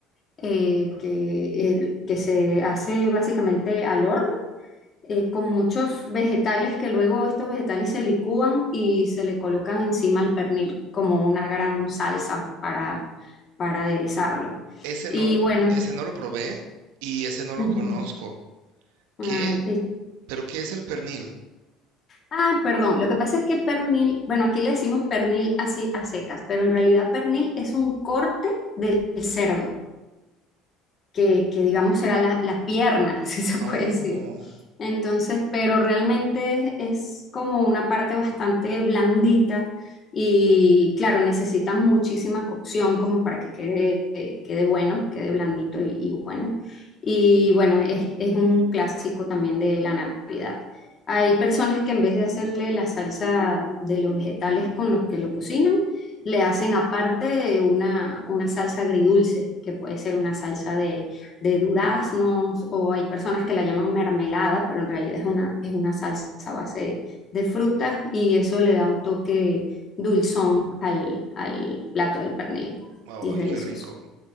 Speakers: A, on the left; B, on the right.
A: eh, que, el- que se hace básicamente al horno, eh, con muchos vegetales que luego estos vegetales se licúan y se le colocan encima al pernil como una gran salsa para, para aderezarlo.
B: Ese
A: Y
B: no,
A: bueno,
B: ese no lo probé y ese no
A: ujú,
B: lo conozco.
A: ah,
B: ¿Qué?
A: eh,
B: ¿Pero qué es el pernil?
A: Ah, perdón, lo que pasa es que pernil, bueno, aquí le decimos pernil así a secas, pero en realidad pernil es un corte del cerdo que, que digamos era la, la pierna, <laughs> si se puede
B: Oh,
A: decir. Entonces, pero realmente es como una parte bastante blandita y claro, necesita muchísima cocción como para que quede, eh, quede bueno, quede blandito y, y bueno. Y bueno, es, es un clásico también de la Navidad. Hay personas que en vez de hacerle la salsa de los vegetales con los que lo cocinan, le hacen aparte una, una salsa agridulce, que puede ser una salsa de, de duraznos, o hay personas que la llaman mermelada, pero en realidad es una, es una salsa a base de frutas y eso le da un toque dulzón al, al plato del pernil.
B: ay,
A: Y es delicioso.
B: qué rico.